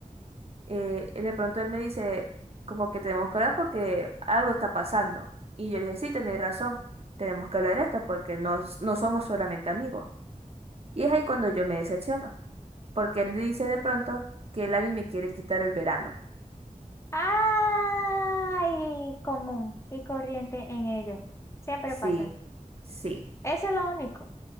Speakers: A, on the right; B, on the left.
A: eh, de pronto él me dice, como que tenemos que hablar porque algo está pasando. Y yo le dije, sí, tenéis razón, tenemos que hablar esto porque no, no somos solamente amigos. Y es ahí cuando yo me decepciono. porque él dice de pronto que él a mí me quiere quitar el verano.
B: Ay, común y corriente en ellos. Siempre
A: Sí,
B: pasa.
A: sí.
B: Eso es lo único